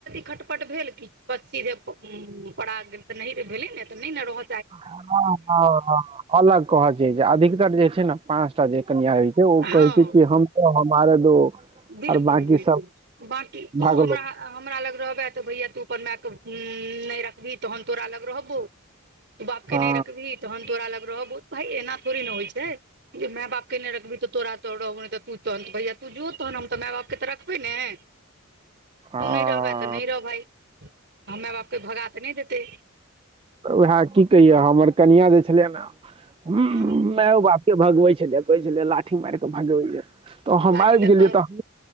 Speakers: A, on the right; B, on the right.
A: खटपट भेल कि सीधै पड़ि गेल, ने ने रह।
B: हँ अलग कहऽ जा जे अधिकतर जे छै ने पाँचटा जे कनिया होइ छै ओ
A: हँ
B: कहै छै कि हम ओ हमरें दो।
A: बिलकुल
B: आर बाकी
A: बिलकुल
B: सब
A: बकी तू
B: भागलो
A: हमरा हमरा लग रहबह त भैया तू अपन मायके नहि रखबही तहन तोरा लग रहबौ तू बाप के
B: हँ
A: नहि रखबि तहन तोरा लग रहबु भाई एना थोड़ी ने होइ छै मैं बाप के नहि रखबी तऽ तोरा तो भैया तू जो तहन हम तऽ माय बापके तऽ रखबै ने तू
B: हँ
A: नहि रहबै तऽ नहि रह भाई हं मैाय बापके भगा त नहि देते
B: उएह की कहिये हमर कनिआ जे छलयै ने मेयो
A: हँ
B: बाप के के भगबै छलै कहै छलै लाठी मारि केे भगबैय तऽ हम
A: लाठी
B: आबि
A: लऽ
B: गेलियै
A: कऽ
B: तऽ